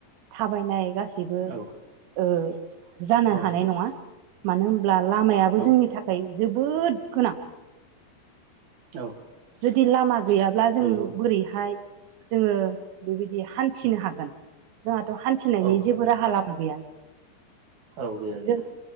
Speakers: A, on the right; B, on the right.
A: थाबायनाय गास सिबो
B: औ
A: ओ जानो
B: औ
A: हानाय नङा मानो होम ब्ला लामायाबो
B: औ
A: जोंनि थाखाय जोबोद गोनां।
B: औ
A: जुदि लामा गैयाब्ला जों
B: नंगौ
A: बोरैहाय जोङो बेबायदि हान्थिनो हागोन। जोंहाथ' हान्थिनायनि
B: औ
A: जेबो राहा लाम मा गैया।
B: औ गैया गैया।
A: जों